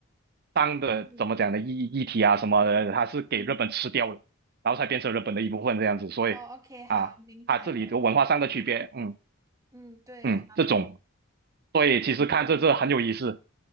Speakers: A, on the right; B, on the right.
A: 当的怎么讲呢议议题啊什么的，
B: 嗯，
A: 它是给日本吃掉了，然后才变成日本的一部分这样子，所以
B: 哦，OK，好，
A: 啊，
B: 明白了。
A: 它这里的文化上的区别，嗯
B: 嗯，对，
A: 嗯，这种，所以其实看这这很有意思，